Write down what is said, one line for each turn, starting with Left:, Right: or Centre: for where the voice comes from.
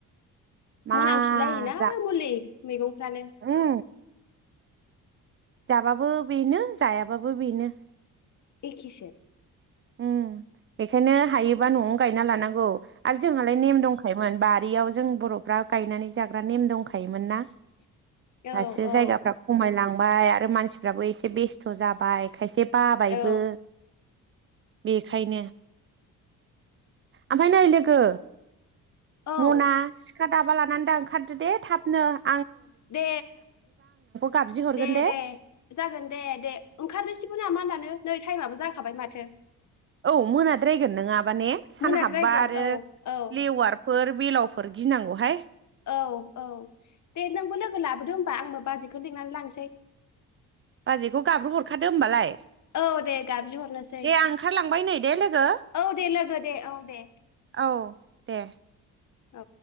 Right: मा
Left: मोनामफिनलायोना
Right: जा
Left: मुलि मैगंफ्रानो
Right: उम जाबाबो बेनो जायाबाबो बेनो ।
Left: एखेसो
Right: उम्म बेखायनो हायोबा न'आवनो गायना लानांगौ । आरो जोंहालाय नेम दंखायोमोन बा बारियाव जों बरफ्रा गायनानै जाग्रा नेम दंखायोमोन ना ।
Left: औ
Right: दासो
Left: औ
Right: जायगाफ्रा खमायलां बाय आरो मानसिफ्राबो एसे बेस्थ जाबाय खायसे बाबायबो
Left: औ
Right: बेखायनो ओमफाय नै लोगो
Left: औ
Right: मना सिखा दाबा लानानै दा ओंखारदो दे थाबनो ।
Left: दे
Right: गाबज्रि हरगोन
Left: दे दे जागोन दे दे ओंखारनोसैबो नामा दान नों नै टाइम माबो जाखाबाय माथो ।
Right: औ मोनाद्रायगोन नोङाबा ने सान
Left: मोनाद्रायगोन
Right: हाबबा आरो
Left: औ औ
Right: लेवार फोर बेलावफोर गिनांगौहाय ।
Left: औ औ दे नोंबो लोगो लाबोदो होमबा आंबो बाजैखौ लिंनान लांसै ।
Right: बाजैखौ गाब्र हरखादो होमबालाय
Left: औ दे गाबज्रिहरनोसै
Right: दे आं ओंखारलांबाय नै दे लोगो
Left: औ दे लोगो दे औ दे
Right: औ दे
Left: औ